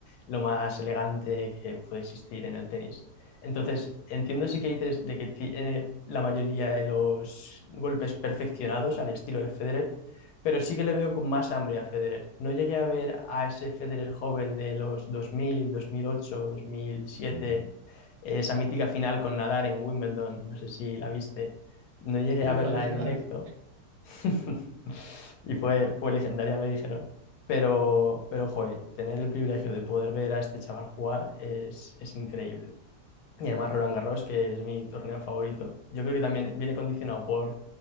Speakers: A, on the left; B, on the right.
A: lo más elegante que puede existir en el tenis. Entonces, entiendo sí que dices de que tiene la mayoría de los golpes perfeccionados al estilo de Federer, pero sí que le veo con más hambre a Federer. No llegué a ver a ese Federer joven de los 2000, 2008, 2007,
B: Ujú.
A: esa mítica final con Nadal en Wimbledon, no sé si la viste, no llegué
B: Sí,
A: a
B: yo
A: verla
B: la vi,
A: en
B: yo
A: directo,
B: la vi.
A: <laughs> Y fue, fue legendaria, me dijeron. Pero, pero, joder, tener el privilegio de poder ver a este chaval jugar es, es increíble. Y además Roland Garros, que es mi torneo favorito, yo creo que también viene condicionado por,